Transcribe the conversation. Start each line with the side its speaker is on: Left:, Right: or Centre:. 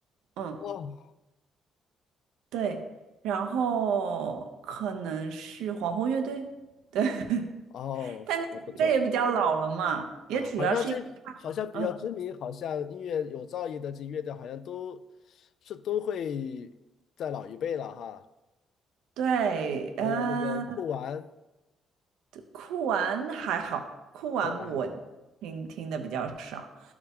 Right: 嗯，
Left: 哦
Right: 对，然后可能是皇后乐队，对，<laughs>
Left: 哦，
Right: 但那首歌也比较老了嘛，
Left: 我不错。
Right: 也主要是因为他，
Left: 啊，好像这好像比较知名，
Right: 嗯，
Left: 好像音乐有造诣的这乐队，好像都是都会在老一辈了哈。
Right: 对，嗯、
Left: 还有那个酷玩，
Right: 酷玩还好，酷玩我
Left: 酷玩还好，
Right: 听听的比较少，